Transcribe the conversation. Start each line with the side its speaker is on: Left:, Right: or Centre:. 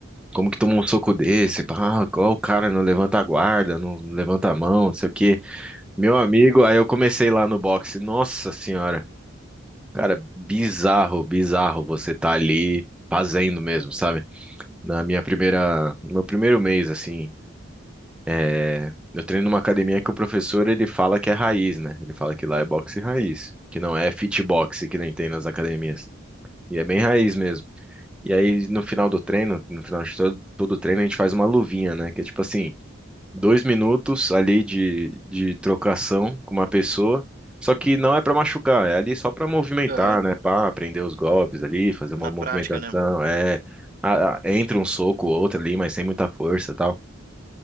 Centre: Como que toma um soco desse? Ah, qual o cara não levanta a guarda, não não levanta a mão, não sei o quê. Meu amigo, aí eu comecei lá no boxe. Nossa senhora, cara, bizarro, bizarro você tá ali fazendo mesmo, sabe? Na minha primeira, no meu primeiro mês assim. É, eu treino numa academia que o professor ele fala que é raiz, né? Ele fala que lá é boxe raiz, que não é fitbox que nem tem nas academias. E é bem raiz mesmo. E aí no final do treino, no final de todo, todo o treino, a gente faz uma luvinha, né? Que é tipo assim, dois minutos ali de, de trocação com uma pessoa. Só que não é pra machucar, é ali só pra movimentar,
Right: Aham.
Centre: né? Pra aprender os golpes ali, fazer uma
Right: Na
Centre: movimentação.
Right: prática, né?
Centre: É, a- a- entra um soco ou outro ali, mas sem muita força, e tal.